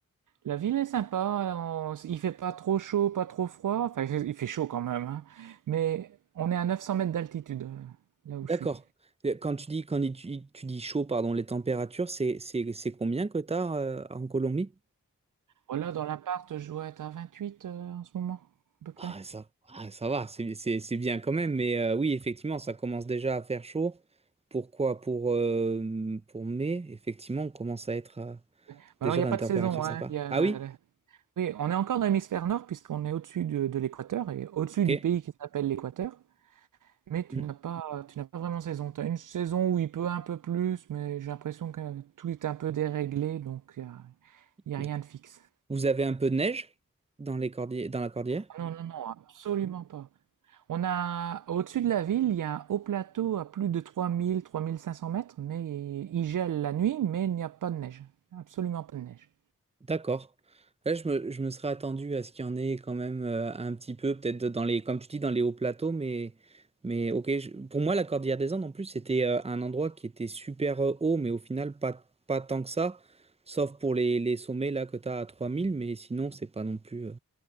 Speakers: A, on the right (about 65°); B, on the right (about 20°).
A: la ville est sympa, on- il fait pas trop chaud, pas trop froid, enfin il fait chaud quand même, hein. mais on est à 900 mètres d'altitude, euh, là où
B: D'accord.
A: je suis.
B: Et Quand tu dis, quand il- tu, tu dis chaud, pardon, les températures, c'est, c'est, c'est combien que t'as euh, en Colombie?
A: Voilà, dans l'appart, je dois être à 28 euh, en ce moment, à peu près.
B: Ah, ça, ah, ça va, c'est, c'est- c'est bien quand même. Mais euh, oui, effectivement, ça commence déjà à faire chaud. Pourquoi? Pour, euh, pour mai, effectivement, on commence à être à,
A: Bah, Alors
B: Déjà
A: il n'y
B: dans
A: a pas
B: une
A: de
B: température
A: saison,
B: sympa.
A: hein. Il y a,
B: Ah oui?
A: Oui, on est encore dans l'hémisphère nord puisqu'on est au-dessus de, de l'équateur et au-dessus
B: Ok.
A: du pays qui s'appelle l'Équateur. Mais tu
B: Hmm,
A: n'as pas, tu n'as pas vraiment saison. Tu as une saison où il peut un peu plus, mais j'ai l'impression que tout est un peu déréglé, donc il n'y a, il y a
B: d'accord.
A: rien de fixe.
B: Vous avez un peu de neige dans les cordiers, dans la cordillère?
A: Ah Non, non, non, absolument pas. On a, au-dessus de la ville, il y a un haut plateau à plus de trois trois mille, trois mille cinq cents mètres, mais il gèle la nuit, mais il n'y a pas de neige. Absolument pas de neige.
B: D'accord. Là, je me, je me serais attendu à ce qu'il y en ait quand même euh, un petit peu, peut-être dans les, comme tu dis, dans les hauts plateaux, mais, mais ok. je- pour moi, la cordillère des Andes, en plus, c'était euh, un endroit qui était super euh, haut, mais au final, pas, pas tant que ça, sauf pour les, les sommets là que tu as à 3000, mais sinon, c'est pas non plus. euh,